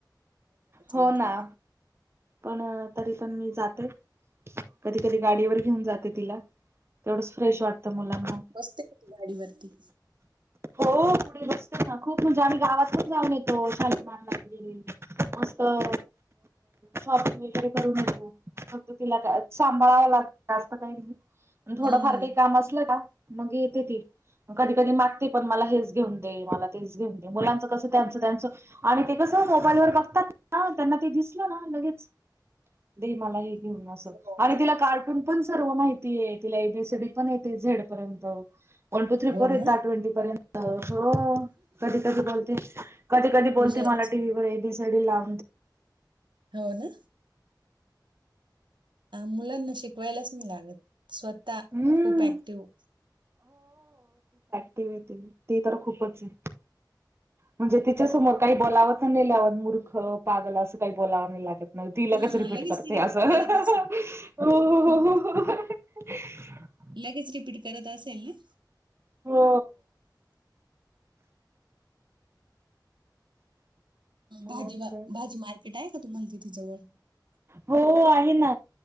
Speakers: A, on the right; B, on the right.
A: हो
B: म्हटलं
A: नां
B: का
A: पणं तरी पणं मी जाते कधीं कधीं गांडीवर घेऊन जाते तिला तेवढंच फ्रेश वाटतं मुलांना
B: बसते किती गाडीवरती
A: हो पुढे बसतं नां खूंप म्हणजे आम्हीं गावांतच जाऊन येतो शालेमारला गे मस्तं
B: हो.
A: शॉपिंग वगैरें करूंन येतो फक्तं तिला कायं सांभाळावं लागतं बाकी असं कांहीं नाहीं थोडंफार
B: हम्म
A: कांहीं कामं असलं कां मंग येते ती कधीं कधीं मागते पणं मलां हेंच घेऊन दे मलां तेचं घेऊन दे मुलांच कसं त्यांच आणि ते कसं मोबाईल वर बघतात ना त्यांना ते दिसलं ना लगेच दे मला हे घेऊन असं
B: हो
A: आणि तिला कार्टून पण सर्व माहितीय तिला एबीसीडी पण येते झेडपर्यंत वन, टू, थ्री,
B: हो
A: फोर येत
B: ना
A: ट्वेंटी पर्यंत हो कधी, कधी बोलते कधी, कधी
B: हुशारच
A: बोलते मला टी व्ही वर एबीसीडी लावून दे
B: होना मुलांना शिकवायलाच लागत स्वतः
A: हम्म
B: खूप ऍक्टिव्ह
A: ह ती तर खूपच आहे म्हणजे तिच्या समोर काही बोलाव व मूर्ख पागल असं काही बोलावं नाही लागत न ती लगेच
B: हा
A: रिपीट करते
B: ती रिपीट
A: असं हो,
B: करत असेल
A: हो,
B: हम्म.
A: हो, हो हो ह
B: लगेच रिपीट करत असेल ना
A: हो मुलांच
B: भाजी व भाजी मार्केट आहे का तुम्हाला तिथे जवळ
A: हो आहे ना